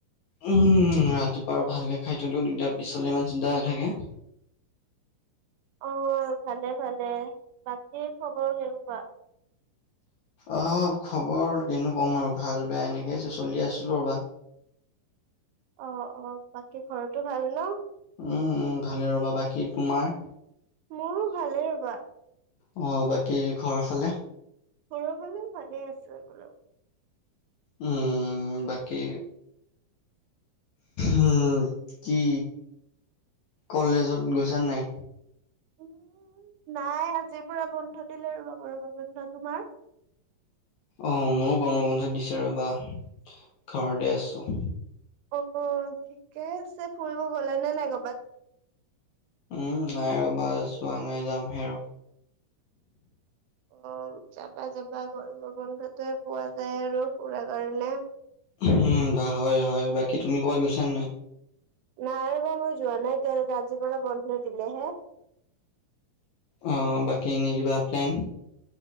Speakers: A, on the left; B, on the right.
A: উমম ৰাতিপুৱা আৰু ভালকে খাই থৈ দিও তেতিয়া পিছাল ইমান চিন্তা নাথাকে।
B: অ ভালে ভালে বাকী খবৰ কেনেকুৱা?
A: অ খবৰ কিনো ক'ম আৰু ভাল বেয়া এনেকে চলি আছিলো ৰবা।
B: অ অ বাকী ঘৰতো ভাল ন।
A: উম উম ভালে ৰ'বা বাকী তোমাৰ।
B: মোৰো ভালে বা।
A: অহ, বাকী ঘৰ ফালে
B: ঘৰৰ ফালেও ভালে আছে সকলো।
A: উম বাকী, উম কি কলেজত গৈছা নাই।
B: উম নাই আজিৰ পৰা বন্ধ দিলে আৰু গৰমৰ বন্ধ তোমাৰ।
A: অহ, আমাৰো‌ গৰমৰ বন্ধ দিছে ৰবা, ঘৰতে আছোঁ।
B: অহ, ঠিকে আছে। ফুৰিব গলা নে নাই কবাত?
A: উম, নাই ৰবা যোৱা নাই। যামহে আৰু
B: অহ যাবা যাবা গৰমৰ বন্ধতোৱে পোৱা যায় আৰু ফুৰা কাৰণে।
A: উম বা হয় হয়। বাকী তুমি কৰবাত গইছা নাই?
B: নাই ৰবা মই যোৱা নাই। তেওঁলোকে আজিৰ পৰা বন্ধ দিলেহে
A: অহ বাকী এনে কিবা প্লেন?